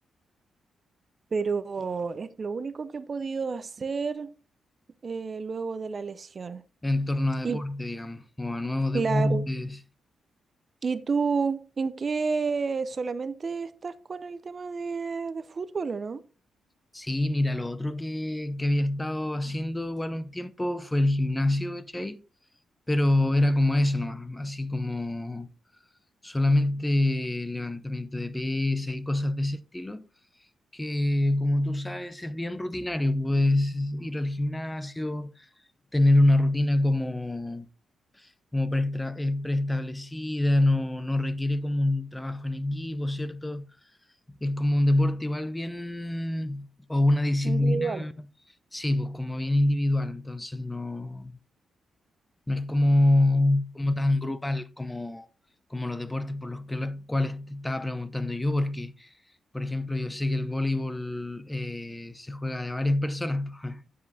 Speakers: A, on the right; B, on the left.
A: Pero es lo único que he podido hacer eh, luego de la lesión.
B: en torno a deporte,
A: Y
B: digamos, o a nuevos
A: claro.
B: deportes.
A: ¿Y tú en qué solamente estás con el tema de, de fútbol o no?
B: Sí, mira, lo otro que, que había estado haciendo igual un tiempo fue el gimnasio, ¿cachai? Pero era como eso nomás, así como solamente levantamiento de pesas y cosas de ese estilo, que como tú sabes es bien rutinario, puedes ir al gimnasio, tener una rutina como, como preestra- eh, preestablecida, no, no requiere como un trabajo en equipo, ¿cierto? Es como un deporte igual bien, o una disciplina,
A: Individual.
B: sí, pues como bien individual, entonces no, no es como, como tan grupal como, como los deportes por los que, cuales te estaba preguntando yo, porque, por ejemplo, yo sé que el voleibol eh, se juega de varias personas, pues,